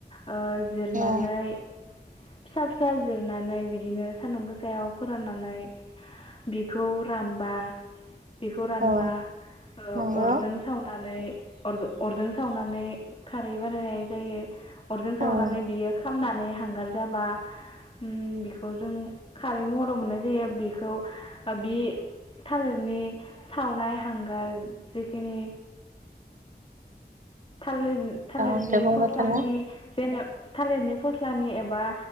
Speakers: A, on the left; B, on the right.
A: ओ जिरनानै
B: औ
A: फिसा फिसा जिरनानै बिदिनो सान्दुं गोसायाव फोराननानै बिखौ रानबा बेखौ रानबा
B: औ
A: र
B: नंगौ
A: अरजों सावनानै अर अरजों सावनानै खारै बानायनाय जायो। अरजों सावनानै
B: औ
A: बियो खामनानै हांगार जाबा उम बेखौ जों खारै महराव मोननाय जायो बेखौ ओ बि थालिरनि सावनाय हांगार जखिनि थालिर थालिरनि
B: औ दे बुंबाय
A: फस्लानि
B: थालाय
A: जेनेबा थालिरनि फस्लानि एबा